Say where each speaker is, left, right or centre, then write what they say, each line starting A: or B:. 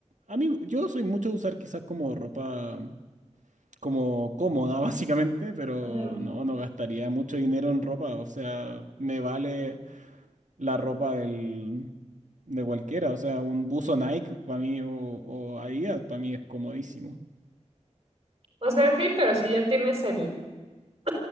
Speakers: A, on the right (about 85°); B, on the right (about 55°).
A: A mí yo soy mucho de usar quizás como ropa como cómoda <laughs> básicamente, pero
B: Mm.
A: no, no gastaría mucho dinero en ropa. O sea, me vale la ropa del, de cualquiera. O sea, un buzo Nike para mí o, o Adidas para mí es comodísimo.
B: O sea, sí, pero si ya tienes el, <clears throat>